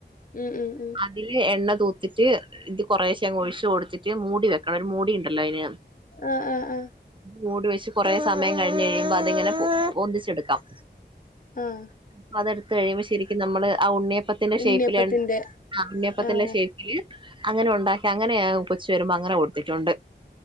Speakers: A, on the left; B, on the right.
A: മ് മ് മ്മ്
B: അതില് എണ്ണ തൂത്തിട്ട് ഇത് കൊറേശേ അങ്ങു ഒഴിച്ച് കൊടുത്തിട്ട് മൂടി വെക്കണം ഒരു മൂടി ഇണ്ടല്ലോ അയിന്
A: ആഹ് ആഹ് ആഹ്
B: മൂടി വെച്ച് കുറെ സമയം കഴിഞ്ഞ് കഴിയുമ്പോ അതിങ്ങനെ പൊന്തിച്ചെടുക്കാം
A: ആഹ്
B: അപ്പൊ അതെടുത്കഴിയുമ്പോ ശരിക്കും നമ്മള് ആ ഉണ്ണിയപ്പത്തിന്റെ
A: ഉണ്ണിയപ്പത്തിന്റെ
B: ഷേപ്പില ആഹ് ഉണ്ണിയപ്പത്തിന്റെ
A: ആഹ്
B: ഷേപ്പില് അങ്ങനെ ഉണ്ടാക്കി അങ്ങനെ ഉപ്പചിവരുമ്പോ അങ്ങനെ കൊടുത്തിട്ടുണ്ട്